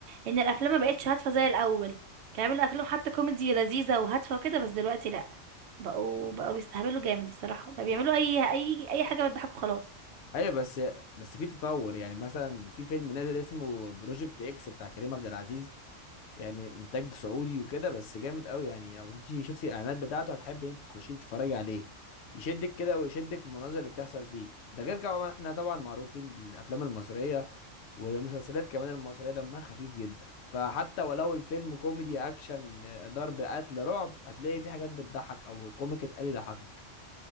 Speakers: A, on the right; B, on the left.
A: ان الافلام ما بقتش هادفه زي الاول كانوا بيعملوا افلام حتى كوميدي لذيذه وهادفه وكده بس دلوقتي لا بقوا بقوا بيستهبلوا جامد الصراحه بقى بيعملوا اي اي اي حاجه بتضحكوا خلاص
B: ايوه بس بس في تطور يعني مثلا في فيلم نازل اسمه بروجكت اكس بتاع كريم عبد العزيز يعني انتاج سعودي وكده بس جامد قوي يعني لو انت شفتي الاعلانات بتاعته هتحبي ان انت تخشي تتفرجي عليه يشدك كده ويشدك في المناظر اللي بتحصل فيه ده غير كمان احنا طبعا معروفين الافلام المصريه والمسلسلات كمان المصرية دمها خفيف جدا فحتى ولو الفيلم كوميدي أكشن ضرب قتل رعب هتلاقي فيه حاجات بتضحك أو كوميك اتقال يضحكك